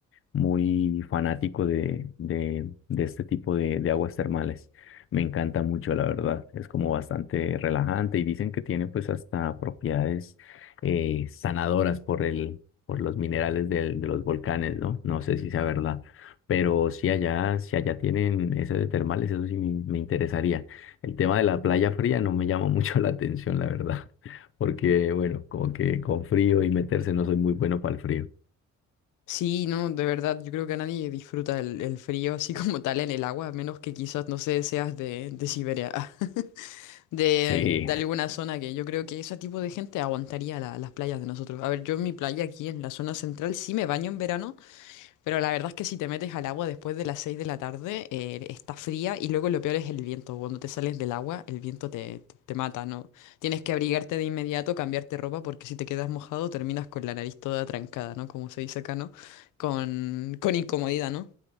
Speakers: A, on the left; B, on the left.
A: muy fanático de, de, de este tipo de, de aguas termales. Me encanta mucho, la verdad. Es como bastante relajante y dicen que tiene pues hasta propiedades eh, sanadoras por el, por los minerales del- de los volcanes, ¿no? No sé si sea verdad. Pero si allá, si allá tienen esas de termales, eso sí me, me interesaría. El tema de la playa fría no me llama <laughs> mucho la atención, la verdad. <laughs> Porque, bueno, como que con frío y meterse no soy muy bueno para el frío.
B: Sí, no, de verdad, yo creo que nadie disfruta el, el frío así <laughs> como tal en el agua, a menos que quizás, no sé, seas de, de Siberia. <laughs> de,
A: Sí.
B: de alguna zona que yo creo que ese tipo de gente aguantaría la- las playas de nosotros. A ver, yo en mi playa aquí en la zona central sí me baño en verano, pero la verdad es que si te metes al agua después de las 6 de la tarde, eh, está fría y luego lo peor es el viento. Cuando te sales del agua, el viento te, te mata, ¿no? Tienes que abrigarte de inmediato, cambiarte ropa, porque si te quedas mojado terminas con la nariz toda trancada, ¿no? Como se dice acá, ¿no? Con, con incomodidad, ¿no?